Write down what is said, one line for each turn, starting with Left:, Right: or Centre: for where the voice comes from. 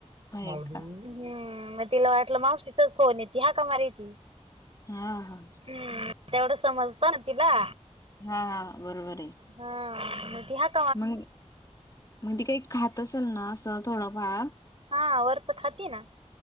Left: होय
Right: माऊली
Left: का
Right: ह म तिला वाटलं मावशीचाच फोन हे ती हाका मारीती,
Left: हा हा
Right: हम्म. तेवढं समजत ना तिला.
Left: हा हा, बरोबर आहे.
Right: ह म ठी हात
Left: मग मग ते काही खात असेल ना असं थोडंफार
Right: हा वरचं खाती ना